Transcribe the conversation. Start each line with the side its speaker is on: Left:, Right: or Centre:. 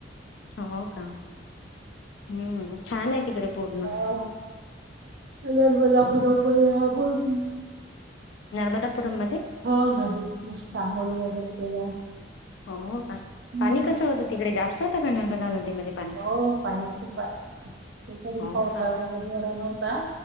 Left: हो का हम्म छान आहे तिकडे पूर्ण
Right: ह अजर बधा पुूर <unintelligible> बोल की
Left: नर्मदापुरम मध्ये
Right: हो, नदीत मस्त आंगोळी वगैरे केल्या
Left: हो हो का
Right: हम्म.
Left: पाणी कसं होतं तिकडे? जास्त होत का <unintelligible> पाणी
Right: हो पाणी खूप हाय. तरी
Left: हो
Right: पावसाळा्याला
Left: का
Right: जेवढा नव्हता,